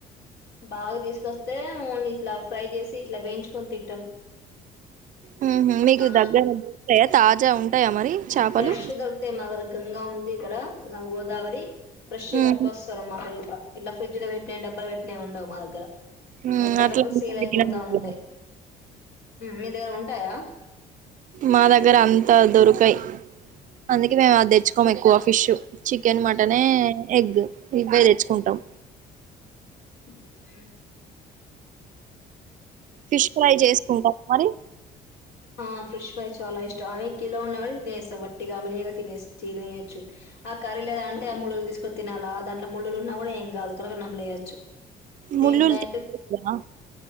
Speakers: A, on the left; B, on the right.
A: బాగా తీసుకొస్తే నూన్ ఇట్లా ఫ్రై చేసి ఇట్లా వేయించుకొని తింటాం
B: హుం మీకు
A: ఆ
B: దగ్గర ఉంటాయా తాజా ఉంటాయా మరి చేపలు
A: ఫ్రెష్ దొరికుతాయి మా దర గంగా ఉంది ఇక్కడ గోదావరి ఫ్రెష్
B: ఉహు
A: పటుకొస్తారు మాత్త గిట్లా ఇట్ల ఫ్రిడ్జ్ లో పెట్నాయ్ డబ్బల పెట్టినయ్ ఉండవు మా దగ్గర
B: హుమ్
A: ఎప్పటికప్పుడు
B: అట్లా <unintelligible>
A: సేల్ అయిపోతా ఉంటాయి మీ దగ్గర ఉంటాయా
B: మా దగ్గర అంతా దొరుకయ్ అందుకే మేము అది తెచ్చుకోము ఎక్కువ ఫిష్ చికెన్ మటన్ ఏ ఎగ్ ఇవ్వే తెచ్చుకుంటాం
A: మ్
B: ఫిష్ ఫ్రై చేసుకుంటా మరి
A: హ ఫ్ర్రిష్ ఫ్రేయ్ చాలా ఇష్ ఆవి కిలో ఉన్న కూడా తినేస్తాం వట్టిగ అవాలిలాగా తినేయోచ్చు ఆ కర్ర లేదా అంటే ఆ మళ్ళులు తీస్ తీసుకని తినాలా దాంట్ల ముళ్ళలు ఉన్నా కూడా ఏం కాదు కరకర నమీలేయోచ్చు
B: ముళ్ళులు
A: దింట్లో అయితే
B: తినకూడదా